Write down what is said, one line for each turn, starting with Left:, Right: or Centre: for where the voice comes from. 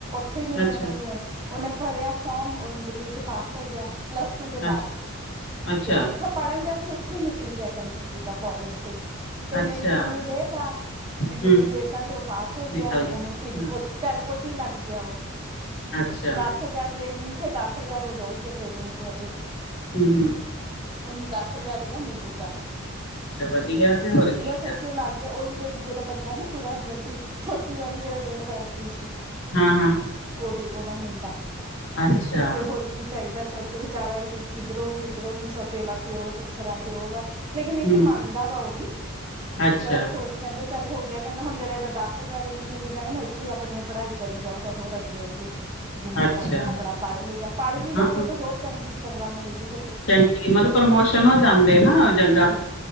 Right: ਫਿਰ ਨਨਾਨੂੰ
Left: ਅੱਛਾ,
Right: ਹੈ ਉਹਨੇ ਭਰਿਆ ਫੋਰਮ ਓਏ ਵਿੱਚ ਪਾਸ ਹੋ ਗਿਆ ਪਲਸ ਟੂ ਦੇ
Left: ਅੱਛਾ,
Right: ਬਾਅਦ
Left: ਅੱਛਾ,
Right: ਕਹਿੰਦਾ ਸੀ ਉੱਥੇ ਹੀ ਨਿਕਲੀ ਵੈਕੰਸੀ ਜਿੱਦਾਂ ਕੋਾਲਜ ਤੇ ਤੇ ਉਹਨੇ
Left: ਅੱਛਾ,
Right: ਇੰਟਰਵਿਊ ਦੇਤਾ ਇੰਟਰਵਿਊ
Left: ਹੂੰ,
Right: ਦੇਤਾ ਤੇ ਉਹ ਪਾਸ ਹੋ ਗਿਆ
Left: ਨਿਕਲ
Right: ਉਹਨੂੰ ਫਿਰ
Left: ਹਾਂ,
Right: ਟੇਲਕੋ ਚ ਈ ਲੱਗ ਗਿਆ ਉਹ।
Left: ਅੱਛਾ,
Right: ਦਸ ਹਜ਼ਾਰ ਟਰੇਨਿੰਗ ਚ, ਦਸ ਹਜ਼ਾਰ ਉਹ ਦਾਉਗੇ ਟ੍ਰੇਨਿੰਗ ਚ ਆ ਜੇ
Left: <unintelligible>
Right: ਉਹਨੂੰ ਦਸ ਹਜ਼ਾਰ ਰੁਪਈਆ ਮਿਲੂਗਾ
Left: ਅੱਛਾ ਵਧੀਆ ਤੇ ਹੋਰ ਕੀ
Right: ਉਚੋ
Left: ਆ।
Right: ਅਲੱਗ ਆ ਉਹੀ ਜੀਦਾ ਬੰਦਾ ਨਹੀਂ ਪੂਰਾ ਹੋ ਗਿਆ ਸੀ ਛੋਟੀ ਵਾਰੀ ਦੇਣਾ ਡੇਢ ਬੈਠਰੀ ਸੀ
Left: ਹਾਂ
Right: ਉਹਦੀ ਉਹਦਾ ਮੁੰਡਾ
Left: ਅੱਛਾ,
Right: ਤੇ ਹੋਰ ਕੀ ਚਾਹੀਦਾ ਸੱਚ ਵਿਚਾਰਾ ਇਧਰੋਂ ਵੀ ਉਧਰੋਂ ਵੀ ਸੋਤੇਲਾ ਪਿਓ ਦੂਸਰਾ ਪੀਓ ਆ ਲੇਕਿਨ ਇਹ
Left: ਹੂੰ,
Right: ਕਿ ਮੰਨਦਾ ਵਾ ਉਹ ਵੀ
Left: ਅੱਛਾ।
Right: ਤੇ ਬੜਾ ਖੁਸ਼, ਕਹਿੰਦੇ ਚਲ ਹੋ ਗਿਆ ਕਹਿੰਦਾ ਹੁਣ ਜੇੜਾ ਇਹਦਾ ਦੱਸ ਹਜ਼ਾਰ ਇਣੁ ਮਿਲੀ ਜਾਣਾ ਨਾ ਇਹਦੇ ਚ ਈ ਆਪਣੀ ਪੜਾਈ ਕਰੀ ਜਾਓ। ਹੋਰ ਅੱਗੇ ਅੱਗੇ। ਜਿੰਨਾ
Left: ਅੱਛਾ,
Right: ਪੜਨਾ ਔ ਆਪਣਾ ਪੜ੍ ਲੂਗਾ ਪੜ ਵੀ ਲਊਗਾ
Left: ਹਾਂ
Right: ਤੇ ਹੋਰ ਚੰਗੀ ਚੰਗਾ ਮਿਲ ਜਾਊਗਾ
Left: ਚੰਗੀ ਮਤਲਬ ਪ੍ਰਮੋਸ਼ਨ ਹੋ ਜਾਂਦੇ ਨਾ ਜਾ
Right: ਹੂੰ